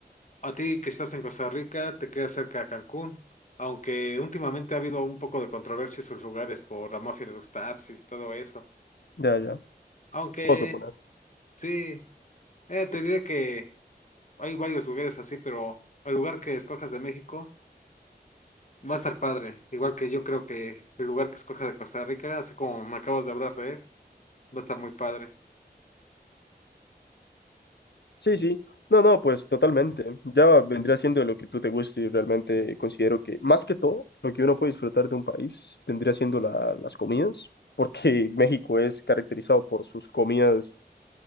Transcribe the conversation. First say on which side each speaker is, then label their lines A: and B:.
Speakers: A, on the left; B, on the left.
A: a ti que estás en Costa Rica te queda cerca a Cancún, aunque últimamente ha habido un poco de controversia en sus lugares por la mafia de los taxis y todo eso.
B: Ya, ya.
A: Aunque
B: Puedo suponer.
A: sí, eh, te diré que hay varios lugares así, pero el lugar que escojas de México va a estar padre, igual que yo creo que el lugar que escojas de Costa Rica, así como me acabas de hablar de él, va a estar muy padre.
B: Sí, sí. No, no, pues totalmente. Ya vendría siendo lo que tú te guste y realmente considero que, más que todo, lo que uno puede disfrutar de un país vendría siendo la- las comidas, porque <laughs> México es caracterizado por sus comidas